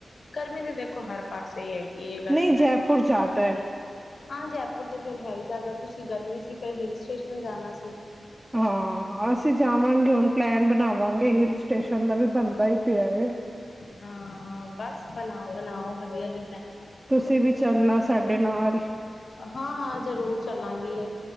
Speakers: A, on the left; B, on the right.
A: ਗਰਮੀ ਤਾਂ ਦੇਖੋ' ਹਰ ਪਾਸੇ ਹੀ ਹੈਗੀ ਗਰਮੀ
B: ਨਹੀਂ ਜੈਪੁਰ
A: ਦਾ
B: ਜ਼ਿਆਦਾ ਹੈ
A: ਹਾਂ ਜੈਪੁਰ ਤੇ ਫਿਰ ਹੈ ਹੀ ਜ਼ਿਆਦਾ, ਤੁਸੀਂ ਗਰਮੀ ਸੀ ਫਿਰ ਹਿਲ ਸਟੇਸ਼ਨ ਜਾਣਾ ਸੀ।
B: ਹਾਂ ਅਸੀਂ ਜਾਵਾਂਗੇ ਹੁਣ ਪਲੈਨ ਬਣਾਵਾਂਗੇ ਹਿਲ ਸਟੇਸ਼ਨ ਦਾ ਵੀ ਬਣ ਦਾ ਹੀ ਪਿਆ ਹੈ।
A: ਹਾਂ ਬਸ ਬਣਾਓ ਬਣਾਓ ਵਧੀਆ ਜ
B: ਤੁਸੀਂ ਵੀ ਚੱਲਣਾ ਸਾਡੇ ਨਾਲ
A: ਹਾਂ ਹਾਂ ਜ਼ਰੂਰ ਚੱਲਾਂਗੀ